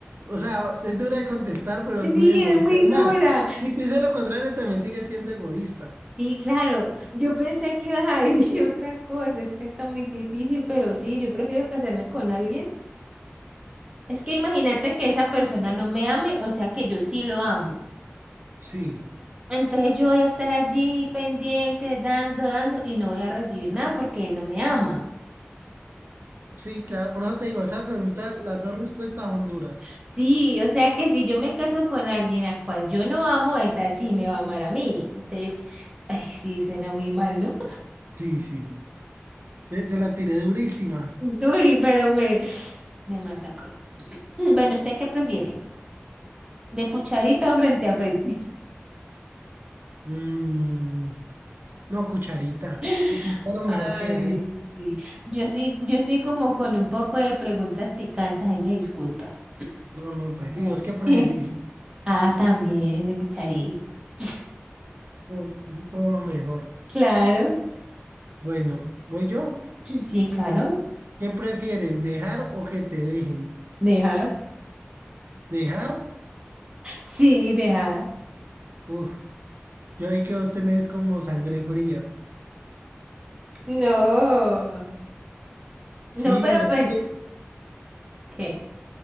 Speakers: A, on the right (about 55°); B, on the right (about 20°).
A: O sea, es dura de contestar, pero
B: Sí,
A: es muy egoísta.
B: es muy
A: Es
B: dura.
A: más, si te dice lo contrario, también sigue siendo egoísta.
B: Sí, claro. Yo pensé que ibas a decir <laughs> otra cosa. Es que está muy difícil, pero sí, yo prefiero casarme con alguien. Es que imagínate que esa persona no me ame, o sea que yo sí lo amo.
A: Sí,
B: Entonces yo voy a estar allí pendiente, dando, dando, y no voy a recibir nada porque él no me ama.
A: sí, claro. Por eso te digo, esa pregunta, las dos respuestas son duras.
B: Sí, o sea que si yo me caso con alguien a cual yo no amo, esa sí me va a amar a mí. Entonces, ay, sí, suena muy mal, ¿no?
A: Sí, sí. Te, te la tiré durísima.
B: <laughs> Uy, pero me, me masacro. <clears throat> Bueno, ¿usted qué prefiere? ¿De cucharita o frente a frente?
A: Mm, no, cucharita.
B: <laughs>
A: Cucharita es lo mejor
B: Ay,
A: que hay.
B: sí. Yo sí, yo sí como con un poco de preguntas picantes, ahí me disculpas.
A: No, no, tranquilo.
B: <laughs>
A: ¿Vos qué preferís?
B: Ah, también, de cucharita. <laughs>
A: Como, como lo mejor.
B: Claro,
A: Bueno, ¿voy yo?
B: sí, claro.
A: ¿Qué prefieres, dejar o que te dejen?
B: Dejar.
A: ¿Dejar?
B: Sí, dejar.
A: Uf, yo ahí que vos tenés como sangre fría.
B: No,
A: Sí,
B: no, pero
A: mira
B: pues,
A: que,
B: ¿qué?